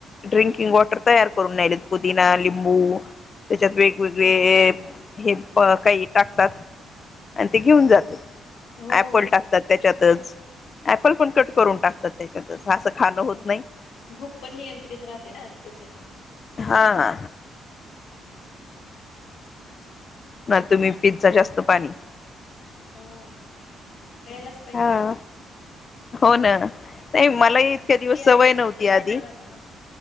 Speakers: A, on the left (about 40°); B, on the left (about 75°).
A: ड्रिंकिंग वॉटर तयार करून नाहीले पुदिना लिंबू त्याच्यात वेगवेगळे हे काही टाकतात आणि ते घेऊन जाते.
B: हो
A: अऍपल टाकतात त्याच्यातच ऍपल पण कट करून टाकतात त्याच्यातच असं खाणं
B: हम्
A: होत नाही
B: भूक पण नियंत्रित राहते ना त्याच्याने
A: हा हा. ना तुम्ही पिझ्झा जास्त पाणी
B: हो यायलाच पाहिजे.
A: हा हो ना नाही
B: हो म्हणजे
A: मलाही इतक्या
B: डिहायड्रेशन
A: दिवस सवय नव्हती
B: पण चांगलं
A: आधी
B: राहतं ना